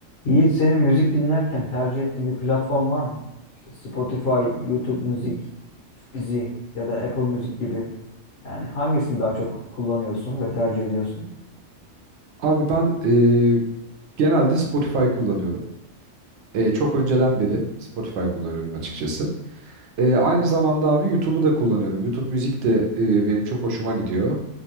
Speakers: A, on the left; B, on the right.
A: Yiğit senin müzik dinlerken tercih ettiğin bir platform var mı? İşte Spotify, YouTube Müzik, Fizi ya da Apple Müzik gibi. Yani hangisini daha çok kullanıyorsun ve tercih ediyorsun?
B: Abi ben e, genelde Spotify kullanıyorum. E, çok önceden beri Spotify kullanıyorum açıkçası. E, aynı zamanda abi YouTube'u da kullanıyorum. YouTube müzik de e, benim çok hoşuma gidiyor.